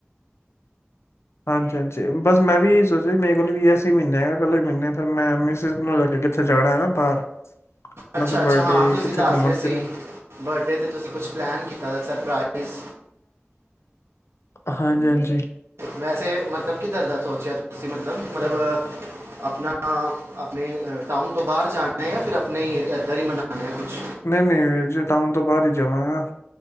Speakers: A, on the left (about 80°); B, on the right (about 80°).
A: ਹਾਂਜੀ ਹਾਂਜੀ ਬਸ ਮੈਂ ਵੀ ਸੋਚਿਆ ਮੇਰੇ ਕੋਲ ਵੀ ਅਸੀ ਮਹੀਨੇ ਹੈ ਇਕੱਲ ਮਹੀਨੇ ਫਿਰ ਮੈਂ ਨੂੰ ਲੈ ਕੇ ਕਿੱਥੇ ਜਾਣਾ ਹੈ ਨਾ ਬਾਹਰ ਉਹਨਾਂ
B: ਅੱਛਾ
A: ਦਾ ਬਰਡੇ
B: ਅੱਛਾ ਹਾਂ ਤੁਸੀਂ
A: ਕਿੱਥੇ
B: ਦੱਸ
A: ਘੁੰਮਣ
B: ਰਹੇ ਸੀ
A: ਫਿਰਨ
B: ਬਰਡੇ ਤੇ ਤੁਸੀਂ ਕੁਛ ਪਲੈਨ <unintelligible> ਸਰਪਾਈਜ਼
A: ਹਾਂਜੀ ਹਾਂਜੀ
B: ਵੈਸੇ ਮਤਲਬ ਕਿੱਧਰ ਦਾ ਸੋਚਿਆ ਤੁਸੀਂ ਮਤਲਬ ਮਤਲਬ ਆਪਣਾ ਆਪਣੇ ਟਾਊਨ ਤੋਂ ਬਾਹਰ ਜਾਣਾ ਜਾਂ ਫਿਰ ਆਪਣੇ ਏਰੀ ਇੱਧਰ ਹੀ ਮਨਾਉਣਾ ਹੈ ਕੁਛ
A: ਨਹੀਂ ਨਹੀਂ ਵੀਰ ਜੇ ਟਾਊਨ ਤੋਂ ਬਾਹਰ ਹੀ ਜਾਵਾਂਗਾ